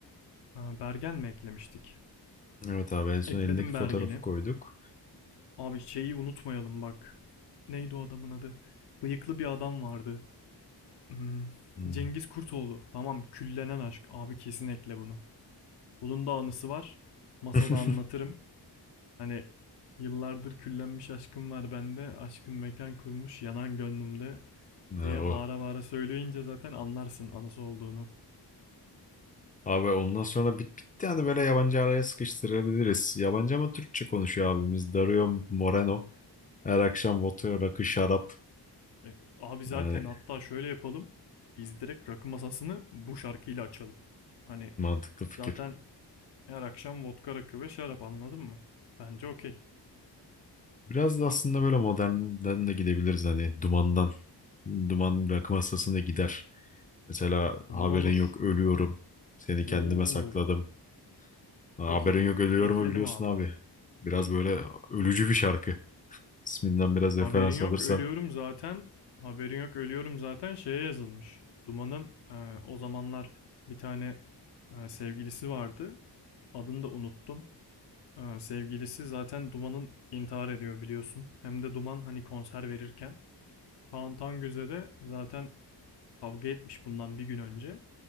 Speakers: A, on the left (about 70°); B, on the left (about 20°).
A: Ee, Bergen mi eklemiştik?
B: Evet abi en son
A: Ekledim
B: elindeki fotoğrafı
A: Bergen'i.
B: koyduk.
A: Abi şeyi unutmayalım bak. Neydi o adamın adı? Bıyıklı bir adam vardı. Hmm,
B: Hmm.
A: Cengiz Kurtoğlu. Tamam küllenen aşk. Abi kesin ekle bunu. Bunun da anısı var. Masada
B: <laughs>
A: anlatırım. Hani yıllardır küllenmiş aşkım var bende. Aşkım mekan kurmuş yanan gönlümde.
B: Ha,
A: diye
B: o.
A: bağıra bağıra söyleyince zaten anlarsın anası olduğunu.
B: Abi ondan sonra bit bitti yani böyle yabancı araya sıkıştırabiliriz. Yabancı ama Türkçe konuşuyor abimiz. Dario Moreno. Her akşam vodka, rakı, şarap.
A: E, abi zaten
B: Yani
A: hatta şöyle yapalım. Biz direkt rakı masasını bu şarkıyla açalım. Hani
B: mantıklı fikir.
A: zaten her akşam vodka rakı ve şarap anladın mı? Bence okey.
B: Biraz da aslında böyle modernden de gidebiliriz hani dumandan. Duman rakı masasına gider. Mesela haberin
A: Duman olur.
B: yok ölüyorum. Seni kendime
A: Oo,
B: sakladım. Ha,
A: çok
B: Haberin
A: iyi.
B: yok ölüyorumu
A: Ekledim
B: biliyorsun
A: abi.
B: abi. Biraz böyle ölücü bir şarkı. İsminden biraz referans
A: Haberin yok
B: alırsan.
A: ölüyorum zaten. Haberin yok ölüyorum zaten şeye yazılmış. Duman'ın e, o zamanlar bir tane e, sevgilisi vardı. Adını da unuttum. Ee, sevgilisi zaten Duman'ın intihar ediyor biliyorsun. Hem de Duman hani konser verirken. Kaan Tangöz'e de zaten kavga etmiş bundan bir gün önce.